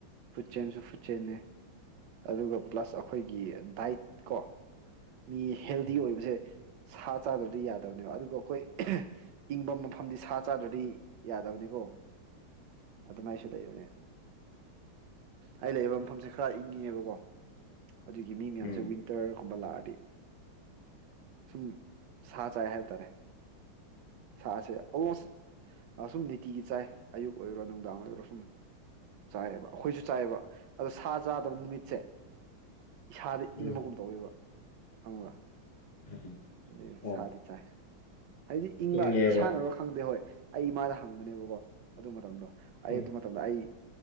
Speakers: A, on the right; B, on the left.
A: ꯐꯨꯠꯆꯦꯟꯁꯨ ꯐꯨꯠꯆꯦꯟꯅꯦ ꯑꯗꯨꯒ ꯄ꯭ꯂꯁ ꯑꯩꯈꯣꯏꯒꯤ ꯗꯥꯏꯠ ꯀꯣ ꯃꯤ ꯍꯦꯜꯗꯤ
B: ꯎꯝ
A: ꯑꯣꯏꯕꯁꯦ ꯁꯥ ꯆꯥꯗ꯭ꯔꯗꯤ ꯌꯥꯗꯕꯅꯦꯕ ꯑꯗꯨꯒ ꯑꯈꯣꯏ ꯏꯪꯕ ꯃꯐꯝꯗꯤ ꯁꯥ ꯆꯥꯗ꯭ꯔꯗꯤ ꯌꯥꯗꯕꯅꯤꯀꯣ ꯑꯗꯨꯃꯥꯏꯁꯨ ꯂꯩꯕꯅꯦ ꯑꯩ ꯂꯩꯕ ꯃꯐꯝꯁꯦ ꯈꯔ ꯏꯪꯉꯤꯕꯀꯣ ꯑꯗꯨꯒꯤ ꯃꯤ ꯃꯌꯥꯝꯁꯦ
B: ꯎꯝ
A: ꯋꯤꯟꯇꯔ ꯀꯨꯝꯕ ꯂꯥꯛꯑꯗꯤ ꯁꯨꯝ ꯁꯥ ꯆꯥꯏ ꯍꯥꯏꯕ ꯇꯥꯔꯦ ꯁꯥꯁꯦ ꯑꯣꯜꯃꯣꯁ ꯁꯨꯝ ꯅꯤꯇꯤꯒꯤ ꯆꯥꯏ ꯑꯌꯨꯛ ꯑꯣꯏꯔꯣ ꯅꯨꯡꯗꯥꯡ ꯑꯣꯏꯔꯣ ꯁꯨꯝ ꯆꯥꯏꯌꯦꯕ ꯑꯩꯈꯣꯏꯁꯨ ꯆꯥꯏꯌꯦꯕ ꯑꯗꯣ ꯁꯥ ꯆꯥꯗꯕ ꯅꯨꯃꯤꯠꯁꯦ ꯏꯁꯥꯗ
B: ꯎꯝ
A: ꯏꯪꯕꯒꯨꯝ ꯇꯧꯋꯦꯕ ꯈꯪꯕꯔ
B: ꯎꯝ
A: ꯑꯗꯨꯏ
B: ꯑꯣ
A: ꯁꯥꯗꯤ ꯆꯥꯏ ꯍꯥꯏꯗꯤ ꯏꯪꯕ
B: ꯏꯪꯉꯦꯕ
A: ꯏꯁꯥꯅꯔꯣ ꯈꯪꯗꯦ ꯍꯣꯏ ꯑꯩ ꯏꯃꯥꯗ ꯍꯪꯕꯅꯦꯕꯀꯣ ꯑꯗꯨ ꯃꯇꯝꯗꯣ ꯑꯩ
B: ꯎꯝ
A: ꯑꯗꯨ ꯃꯇꯝꯗ ꯑꯩ